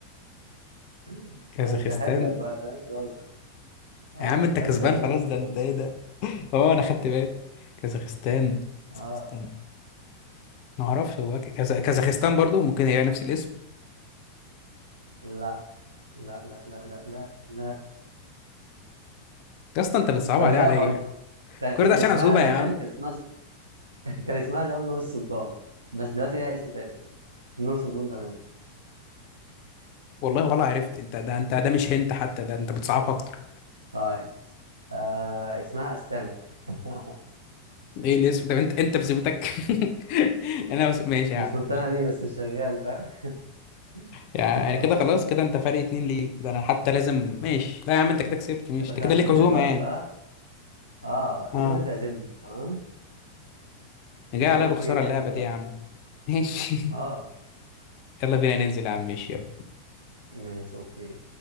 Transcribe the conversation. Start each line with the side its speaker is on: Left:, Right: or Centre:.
Right: <clears throat> <laughs>
Left: كازاخستان
Right: انا مش هحلك بقى فاهم خلاص اه
Left: يا عم انت
Right: لازم
Left: كسبان
Right: تعزمني
Left: خلاص
Right: انت مرة
Left: ده انت
Right: دي
Left: ايه ده اه انا خدت بالي كازاخستان
Right: اه
Left: كازاخستان ما اعرفش هو بقى كذا... كازاخستان برضو ممكن هي نفس الاسم
Right: لا لا لا لا لا لا لا
Left: يا اسطى انت بتصعب
Right: طب
Left: عليه
Right: هي
Left: عليا
Right: هقعد- كان
Left: كل ده
Right: اسمها
Left: عشان عزومه
Right: زمان
Left: يا عم
Right: كان اسمها ز- <laughs> كان اسمها زمان نور السلطان بس دلوقتي ليها اسم تاني نور السلطان زمان
Left: والله ولا عرفت انت ده انت ده مش هنت حتى ده انت بتصعبها اكتر
Right: طيب آه اسمها أستانا <laughs>
Left: ايه الاسم ده انت انت بذمتك <laughs> انا بس ماشي
Right: مش
Left: يا عم
Right: مقتنع
Left: ماشي
Right: بيه بس شغال فاهم <laughs>
Left: يعني
Right: آه
Left: كده خلاص كده انت فرق اتنين ليك كده انا حتى لازم ماشي لا يا عم انت كده كسبت ماشي
Right: يا باشا
Left: انت كده
Right: احنا
Left: ليك
Right: ننزل
Left: عزومة
Right: دلوقتي
Left: يعني
Right: بقى اه
Left: اه
Right: ننزل وتعزمني تمام
Left: انا جاي
Right: يلا
Left: عليا
Right: انا
Left: بخسارة
Right: كده كده جاهز
Left: اللعبة
Right: دلوقتي
Left: دي يا عم ماشي
Right: اه
Left: <laughs> يلا بينا ننزل يا عم ماشي يلا.
Right: ماشي اوكي